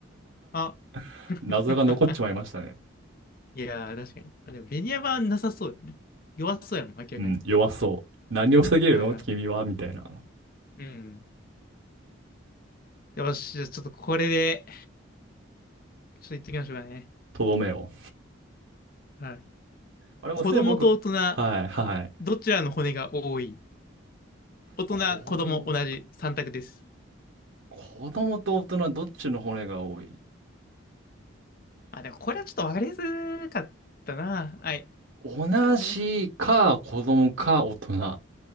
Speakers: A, on the left (about 45°); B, on the right (about 75°).
A: あ。
B: <laughs>
A: <laughs>
B: 謎が残っちまいましたね。
A: いやー、確かに。あ、でも、ベニヤマはなさそうよね。弱そうやもん、明らかに。
B: うん、弱そう。何を防げるの君はみたいな。
A: はいはい。うん。よし、じゃあちょっとこれで、ちょっと言ってきましょうかね。
B: とどめを。
A: はい。
B: あれもうすでに僕、
A: 子供と大人、
B: はいはい。
A: どちらの骨が多い大人、
B: 子供と、
A: 子供、同じ3択です。
B: 子供と大人、どっちの骨が多い
A: あ、でもこれはちょっとわかりやすかったな。はい。
B: 同じか、
A: これはわかりやすいです。
B: 子供か、大人。